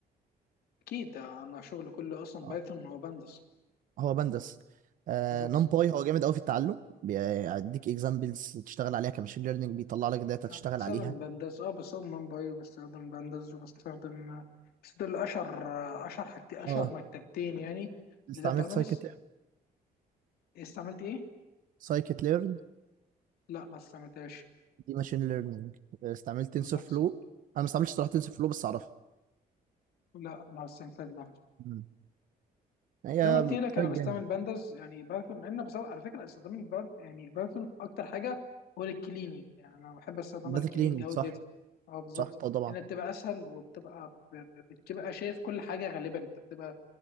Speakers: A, on the left; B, on the right.
A: اكيد انا شغلي كله اصلا
B: آه،
A: بايثون هو بندس
B: هو بندس آه
A: بالظبط
B: نمباي هو جامد قوي في التعلم بيديك اكزامبلز تشتغل عليها كماشين ليرنينج بيطلع لك داتا
A: يعني
B: تشتغل
A: بستخدم
B: عليها
A: بندس اه بستخدم ممباي وبستخدم بندس وبستخدم بس دول اشهر اشهر حاجتين اشهر
B: اه
A: مكتبتين يعني
B: استعملت
A: لداتا اناليست
B: سايكت
A: استعملت ايه؟
B: سايكت ليرن
A: لا ما استعملتهاش
B: دي ماشين ليرنينج استعملت تنسور
A: بالظبط
B: فلو انا ما استعملتش صراحه تنسور فلو بس اعرفها
A: لا ما استعملتهاش
B: مم. هي
A: زي ما قلت لك
B: فرق
A: انا
B: جامد
A: بستعمل بانداز يعني بايثون لان بس على فكره استخدام الباند يعني بايثون اكتر حاجه هو للكليننج يعني انا بحب استخدمها
B: داتا
A: للكليننج
B: كليننج
A: او
B: صح
A: داتا اه بالظبط
B: صح اه طبعا
A: انها بتبقى اسهل وبتبقى ب- ب- بتبقى شايف كل حاجه غالبا انت بتبقى